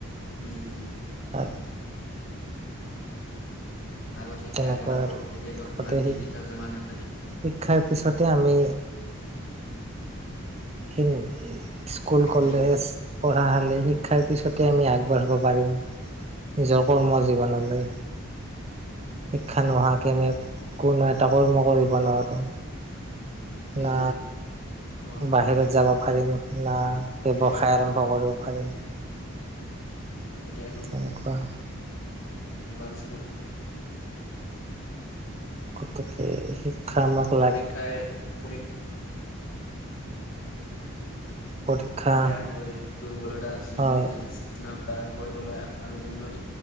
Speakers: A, on the left; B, on the right.
A: হুম হুম।
B: তাৰ
A: আগত শিক্ষাৰ
B: তেনেকুৱা
A: কিমান
B: আৰু
A: প্ৰব্লেম এতিয়াতো
B: আগতে
A: আপোনাৰ
B: শি
A: ডিজিটেল জামানাৰ দি
B: শিক্ষাৰ পিছতে আমি খিন উম স্কুল,
A: আজিকালি
B: কলেজ পঢ়াশালি, শিক্ষাৰ পিছতে আমি আগবাঢ়িব পাৰিম নিজৰ কৰ্ম জীৱনলৈ। শিক্ষা নোহোৱাকৈ আমি কোনো এটা কৰ্ম কৰিব নোৱাৰোঁ।
A: টো
B: না
A: অঁ
B: বাহিৰত
A: এইটোৱে
B: যাব পাৰিম, না
A: আগতে
B: ব্যৱসায় আৰম্ভ কৰিব পাৰিম।
A: এইটোৱে আৰু
B: তেনেকুৱা।
A: <unintelligible>
B: গতিকে শিক্ষা আমাক লা
A: পৰীক্ষাই পৰীক্ষা
B: পৰীক্ষা
A: জ্ঞান কৰি দুৰ্বলতা চি
B: হয়
A: চিনাক্ত কৰিবলৈ আৰু উন্নতি